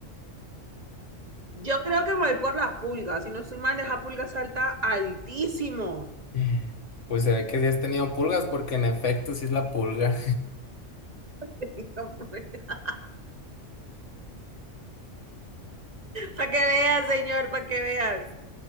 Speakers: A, on the right; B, on the left.
A: Yo creo que me voy por la pulga. Si no estoy mal, esa pulga salta altísimo.
B: Mm. Pues se ve que sí has tenido pulgas porque en efecto sí es la pulga.
A: <laughs> Para que veas, señor, para que veas.